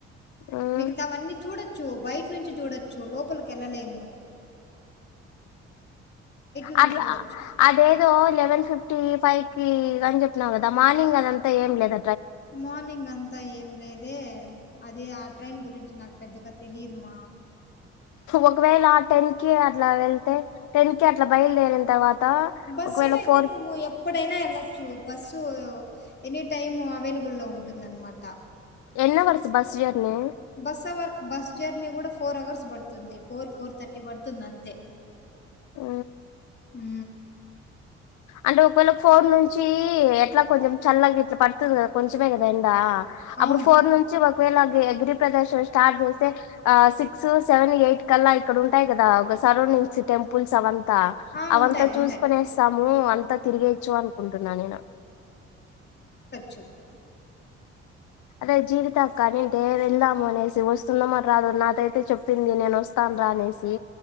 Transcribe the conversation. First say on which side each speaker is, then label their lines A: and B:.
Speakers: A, on the left (about 60°); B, on the left (about 30°).
A: ఉమ్,
B: మిగతావన్నీ చూడచ్చ బయట నుంచి చూడొచ్చు లోపలికి వెళ్ళలేము నుంచి
A: అట్లా
B: చూడొచ్చు.
A: అదేదో లెవెన్ ఫిఫటీ టీ ఫైవ్ కి అని చెప్పినన్నావు కదా మార్నింగ్ అదంతా ఏం లేదు
B: మార్నింగ్ అంతా ఏం లేదే అదే ఆ ట్రైన్ గురించి నాకు పెద్దగా తెలిదుమా
A: ఒకవేళ టెన్ కి అట్లా వెళ్తే టెన్ కి అట్లా బయలుదేరిన తర్వాత
B: బస్సు
A: ఒకవేళ
B: కైతే
A: ఫోర్
B: నువ్వు ఎప్పుడైనా ఎలా బస్సు ఎనీ టైమ్ అవైలబుల్ ఉంటుంద అనమాట
A: ఎన్ని వర్స bus journey
B: bus hour bus journey కూడా ఫోర్ అవర్స్ పడుతుంది ఫోర్ ఫోర్ థర్టీ పడుతుంది అంతే
A: ఆ
B: ఉ
A: అంటే ఒకవేళ ఫోన్ నుంచి ఎట్లా కొంచెం చల్లగా ఇట్లా పడుతుంది కదా కొంచమే కదా ఎండా
B: అవును
A: అప్పుడు ఫోర్న్ నుంచి మా ఒకవేళ గిరి ప్రదర్శన స్టార్ట్ చేస్తే ఆ సిక్స్ సెవెన్ ఎయిట్ కల్లా ఇక్కడ ఉంటాయి కదా ఒక సరౌండింగ్స్ టెంపుల్స్ అవ
B: ఆ,
A: అవంతా
B: ఉంటాయి
A: చూసుకొనే
B: ఉంటాయి
A: ము అంతా తిరిగేచ్చు అనుకుంటున్నా నేను
B: చ్చు
A: అదే జీవితా అక్క అనింటే వెళ్దాము అనేసి వస్తుందొ మరి రాదో నాతో అయితే చెప్పింది నేను వస్తాను రా అనేసి